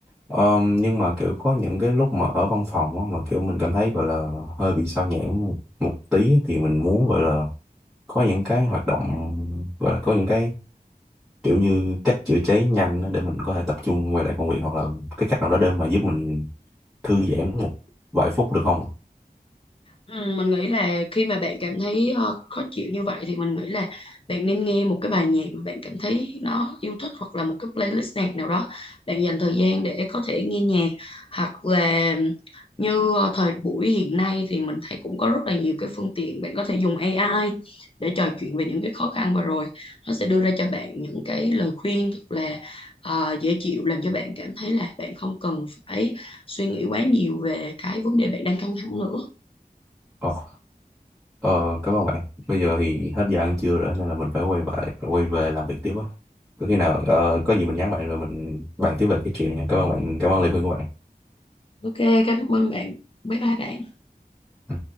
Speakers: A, in the centre; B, on the left.
A: Ờ, nhưng mà kiểu có những cái lúc mà ở văn phòng á mà kiểu mình cảm thấy gọi là hơi bị sao nhãng một, một tí thì mình muốn gọi là có những cái hoạt động gọi là có những cái kiểu như cách chữa cháy nhanh á, để mình có thể tập trung quay lại công việc hoặc là cái cách nào đó để mà giúp mình thư giãn một vài phút được không?
B: Ừ, mình nghĩ là khi mà bạn cảm thấy ờ, khó chịu như vậy thì mình nghĩ là bạn nên nghe một cái bài nhạc mà bạn cảm thấy nó yêu thích hoặc là một cái playlist nhạc nào đó bạn dành thời gian để có thể nghe nhạc hoặc là như ờ, thời buổi hiện nay thì mình thấy cũng có rất là nhiều cái phương tiện bạn có thể dùng AI để trò chuyện về những cái khó khăn vừa rồi nó sẽ đưa ra cho bạn những cái lời khuyên thật là ờ, dễ chịu làm cho bạn cảm thấy là bạn không cần phải suy nghĩ quá nhiều về cái vấn đề bạn đang căng thẳng nữa
A: Ờ, ờ, cảm ơn bạn. Bây giờ thì hết giờ ăn trưa rồi nên là mình phải quay về quay về làm việc tiếp á. Có khi nào ờ, có gì mình nhắn bạn rồi mình bàn tiếp về cái chuyện nha. Cảm ơn bạn, cảm ơn lời khuyên của bạn.
B: Ok, cảm ơn bạn. Bye bye bạn.
A: Ừ.